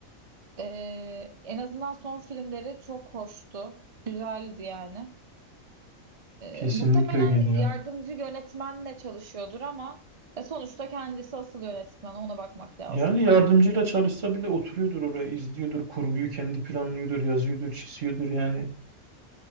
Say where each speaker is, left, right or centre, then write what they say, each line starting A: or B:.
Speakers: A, on the right; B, on the right.
A: eee, en azından son filmleri çok hoştu. Güzeldi yani. Eee,
B: kesinlikle
A: muhtemelen
B: öyle ya.
A: yardımcı yönetmenle çalışıyordur ama e, sonuçta kendisi asıl yönetmen. Ona bakmak lazım.
B: Yani yardımcıyla çalışsa bile oturuyordur oraya, izliyordur, kurguyu kendi planlıyordur, yazıyordur, çiziyordur yani.